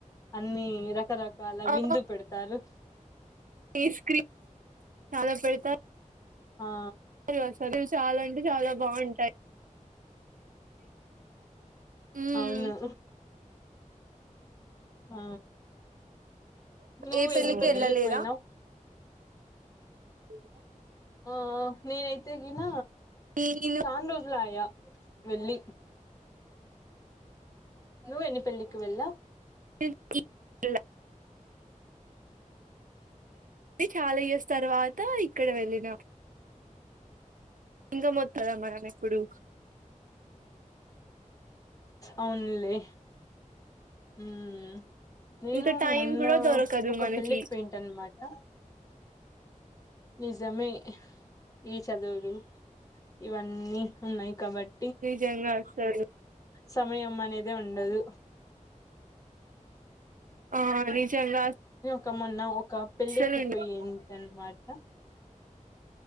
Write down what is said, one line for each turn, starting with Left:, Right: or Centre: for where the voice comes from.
Left: అన్ని రకరకాల
Right: ఆ
Left: విందు పెడతారు
Right: <unintelligible> చాలా పెడతా
Left: ఆ
Right: ఒకసారి చాలా అంటే చాలా బాగుంటాయ్ మ్మ్
Left: అవును ఆ నువ్వు
Right: ఏ పెళ్ళికి
Left: ఎన్నిపెల్లిళకి
Right: వెళ్ళలేదా
Left: పోయినావ్
Right: అ
Left: ఆఆ నేనైతేగిన
Right: నేను
Left: చాన్ రోజులు ఆయా వెళ్లి నువ్వు ఎన్ని పెళ్లికి వెళ్ళావ్
Right: <inaudible> చాలా ఇయర్స్ తర్వాత ఇక్కడ వెళ్ళినా ఇంక మొత్తద మనం ఎప్పుడు
Left: అవున్లే మ్మ్ నేను
Right: ఇంకా టైం
Left: మొన్న
Right: కూడా దొరకదు
Left: ఒక
Right: మనకి
Left: పెళ్ళికి పోయింటన్నమాట నిజమే ఈ చదువులు ఇవన్నీ ఉన్నాయి కాబట్టి
Right: నిజంగా అసలు
Left: సమయం మన్ అనేదే ఉండదు
Right: ఆ నిజంగా
Left: కమ లున్న ఒక్ కా పెళ్ళికి
Right: అసలు ఉండదు
Left: పోయింటన్నమాట